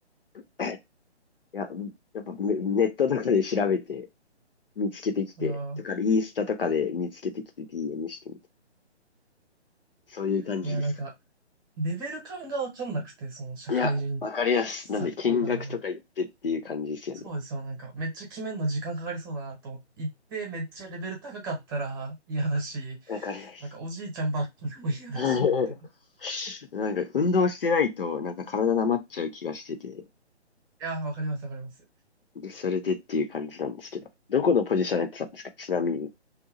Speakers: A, on the left; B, on the right.
A: <coughs> <clears throat> いや、やっぱネネットとかで調べて、見つけてきて、
B: ああ、
A: とか、インスタとかで見つけてきて DM してみて。そういう感じですか。
B: いや、なんか、レベル感がわかんなくて、その社会人
A: いや、わかりやす。
B: サッカーの
A: なんで、見学とか行ってっていう感じですよね。
B: そうですよ。なんか、めっちゃ決めるの時間かかりそうだなと思って行って、めっちゃレベル高かったら嫌だし、
A: わかりやす。
B: なんかおじいちゃんばっかりも嫌だし、
A: <laughs>
B: みたいな。い
A: なんか、運動してないと、なんか体なまっちゃう気がしてて、
B: やー、わかります、わかります。
A: で、それでっていう感じなんですけど。どこのポジションやってたんですかちなみに。